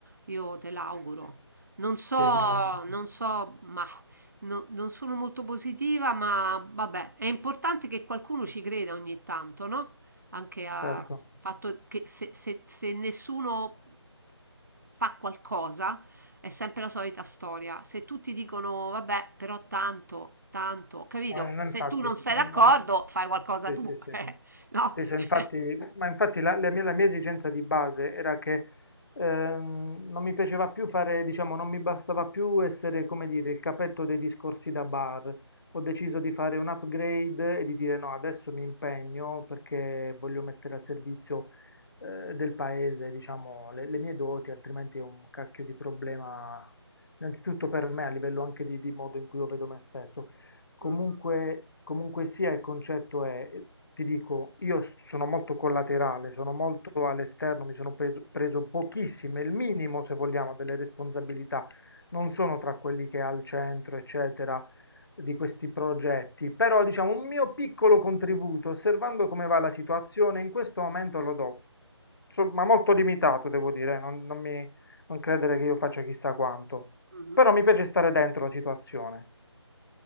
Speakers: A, on the right; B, on the left.
A: io te l'auguro. Non so,
B: Ti ringrazio,
A: non so, ma no- non sono molto positiva, ma vabbè, è importante che qualcuno ci creda ogni tanto, no? Anche a
B: certo.
A: fatto che se, se- se nessuno fa qualcosa, È sempre la solita storia. Se tutti dicono, vabbè, però tanto, tanto, capito?
B: Ma non-
A: Se
B: infatti,
A: tu non sei
B: non-
A: d'accordo,
B: non-
A: fai qualcosa
B: sì,
A: tu,
B: sì,
A: <laughs>
B: sì.
A: eh, no?
B: Sì, so,
A: <laughs>
B: infatti, ma infatti la, la mia, la mia esigenza di base era che ehm, non mi piaceva più fare, diciamo, non mi bastava più essere, come dire, il capetto dei discorsi da bar. Ho deciso di fare un upgrade e di dire no, adesso mi impegno perché voglio mettere al servizio eh, del paese, diciamo, le, le mie doti, altrimenti è un cacchio di problema, innanzitutto per me, a livello anche di di modo in cui io vedo me stesso. Comunque,
A: Mm,
B: comunque sia, il concetto è, eh, ti dico, io s- sono molto collaterale, sono molto all'esterno, mi sono preso, preso pochissime, il minimo, se vogliamo, delle responsabilità. Non sono tra quelli che è al centro, eccetera, di questi progetti, però diciamo un mio piccolo contributo, osservando come va la situazione, in questo momento lo do, So- ma molto limitato, devo dire, eh, non non mi non credere che io faccia chissà quanto.
A: mhm.
B: Però mi piace stare dentro la situazione.